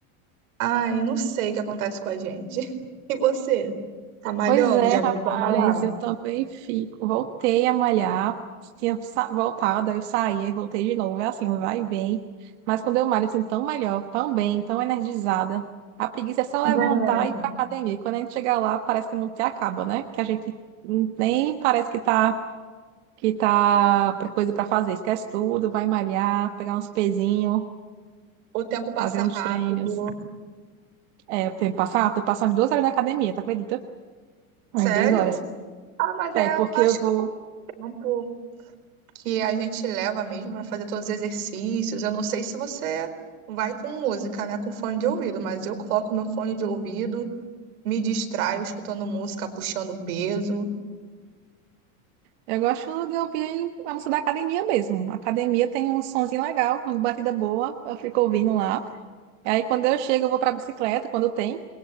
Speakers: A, on the right; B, on the right.
A: Ai, não sei o que acontece com a gente. <laughs> E você? Tá malhando?
B: Pois é,
A: Já voltou
B: rapaz,
A: a malhar?
B: eu também fico. Voltei a malhar, tinha sa- voltado, aí eu saí, aí voltei de novo. É assim, vai e vem. Mas quando eu malho, assim, tão melhor, tão bem, tão energizada. A preguiça é só levantar
A: Né?
B: e ir pra academia. E quando a gente chegar lá, parece que o mundo até acaba, né? Que a gente nem parece que tá. que tá pra- coisa para fazer. Esquece tudo, vai malhar, pegar uns pezinhos,
A: O tempo passa
B: fazer uns
A: rápido.
B: treinos. É, eu tenho que passar, eu passo umas duas horas na academia, tá acredita? Umas
A: Sério?
B: duas horas.
A: Ah, mas
B: É,
A: é,
B: porque
A: acho
B: eu vou.
A: que é o tempo que a gente leva mesmo para fazer todos os exercícios. Eu não sei se você vai com música, né, com fone de ouvido, mas eu coloco meu fone de ouvido, me distraio escutando música, puxando peso.
B: Eu gosto de ouvir a música da academia mesmo. A academia tem um sonzinho legal, uma batida boa, eu fico ouvindo lá. Aí quando eu chego, eu vou pra bicicleta, quando tem.